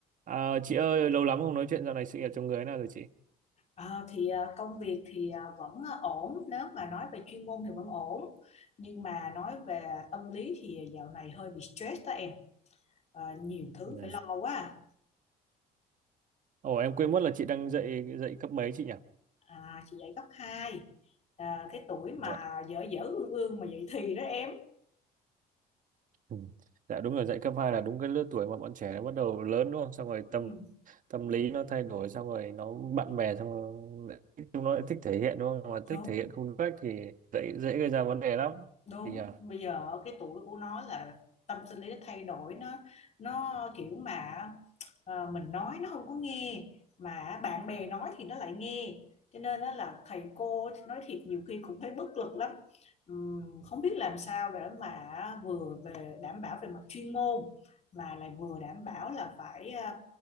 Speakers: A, on the right; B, on the left.
A: À, chị ơi, lâu lắm không nói chuyện dạo này sự nghiệp trong người thế nào rồi chị?
B: À, thì à, công việc thì à, vẫn à, ổn nếu mà nói về chuyên môn thì vẫn ổn nhưng mà nói về tâm lý thì dạo này hơi bị stress đó em à, nhiều thứ
A: Ừ.
B: phải lo quá à.
A: Ồ, em quên mất là chị đang dạy dạy cấp mấy chị nhỉ?
B: à, chị dạy cấp hai à, cái tuổi mà
A: Dạ.
B: dở dở ương ương mà dậy thì đó em
A: Ừ. Dạ đúng rồi, dạy cấp 2 là đúng cái lứa tuổi mà bọn trẻ nó bắt đầu lớn đúng không? Xong rồi
B: ừ,
A: tâm tâm lý nó thay đổi, xong rồi nó bạn bè xong rồi lại- thích- chúng nó lại thích thể hiện đúng không? Mà
B: đúng
A: thích thể hiện không đúng cách thì dễ dễ gây ra vấn đề lắm
B: đúng
A: chị nhỉ?
B: bây giờ cái tuổi của nó là tâm sinh lý nó thay đổi nó nó kiểu mà Ờ, mình nói nó không có nghe mà bạn bè nói thì nó lại nghe cho nên đó là thầy cô nói thiệt nhiều khi cũng thấy bất lực lắm Ừm, không biết làm sao để mà vừa về đảm bảo về mặt chuyên môn mà lại vừa đảm bảo là phải ờ,